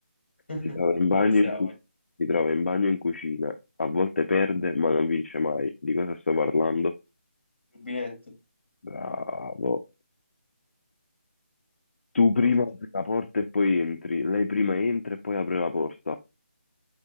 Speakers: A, on the left; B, on the left.
A: <laughs>
B: Si trova in bagno
A: Dove sei?
B: in
A: vai?
B: cu-
A: Il
B: si trova in bagno in cucina, a volte perde ma non vince mai. Di cosa sto parlando?
A: rubinetto.
B: Bravo. Tu
A: Porta.
B: prima apri la porta e poi entri, lei prima entra e poi apre la porta.